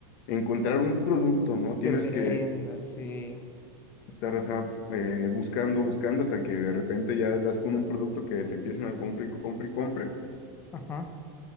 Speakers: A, on the left; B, on the left.
A: encontrar un producto, ¿no? Tienes
B: Que se
A: que
B: venda, sí.
A: estar ajá, eh, buscando, buscando hasta que de repente ya das con un producto que te empiecen a comprar y comprar y comprar.
B: Ajá.